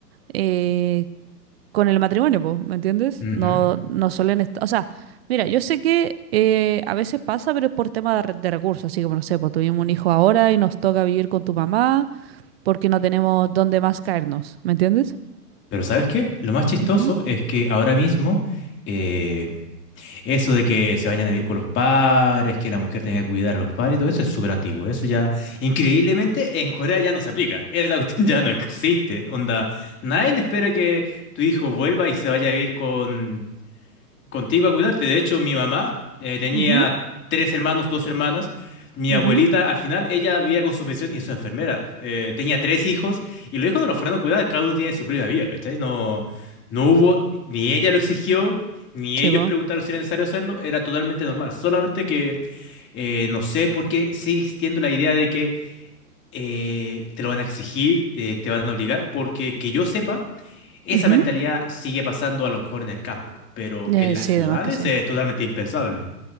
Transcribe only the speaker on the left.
Ujú.
Pero ¿sabes qué? Lo más chistoso
es que ahora mismo... eh, Eso de que se vayan a vivir con los padres, que la mujer tenga que cuidar a los padres, todo eso es súper antiguo. Eso ya, increíblemente, en Corea ya no se aplica. <laughs> Eh, La cuestión ya no existe. Onda, nadie espera que tu hijo vuelva y se vaya a vivir con, contigo a cuidarte. De hecho, mi mamá eh, tenía
tres hermanos, dos hermanas. Mi
abuelita, al final, ella vivía con su pensión y su enfermera. Eh, tenía tres hijos y los hijos no los fueron a cuidar, cada uno tiene su propia vida, ¿cachai? No, no hubo, ni ella lo exigió, ni
ellos
preguntaron si era necesario hacerlo, era totalmente normal. Solamente que eh, no sé por qué sigue existiendo la idea de que eh, te lo van a exigir, eh, te van a obligar, porque que yo sepa, esa
mentalidad sigue pasando a lo mejor en el campo, pero
en las
ciudades
es totalmente impensable.